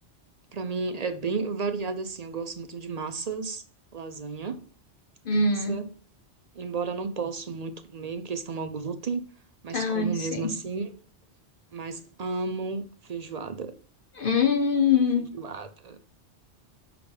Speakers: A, on the right; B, on the left.
A: pra mim é bem variado assim. Eu gosto muito de massas, lasanha,
B: Hum,
A: pizza, embora não posso muito comer em questão ao glúten, mas
B: ai,
A: como
B: sim.
A: mesmo assim, mas amo feijoada.
B: Hum,
A: Feijoada.